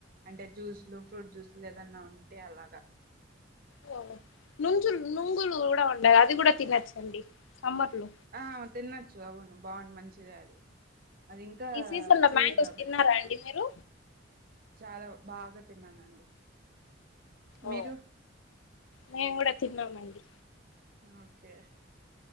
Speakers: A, on the right; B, on the left.
A: అంటే జ్యూస్ ఫ్లూ ఫ్రూట్ జ్యూస్ ఎదన్నా ఉంటే అలాగా
B: ఓ నుజులు నుంగులు కూడా ఉంటాయి అది కూడా తినొచ్చండి సమ్మర్ లో
A: ఆ తినొచ్చు అవును బాగుంటయి మంచిదే అది అది ఇంకా
B: ఈ సీజన్ లో
A: ప్యూర్
B: మాంగోస్
A: కాబట్టి
B: తిన్నారా అండి మీరు
A: చాలా బాగా తిన్నానండి మీరు
B: ఓ మేము కూడా తిన్నామండి
A: ఓకే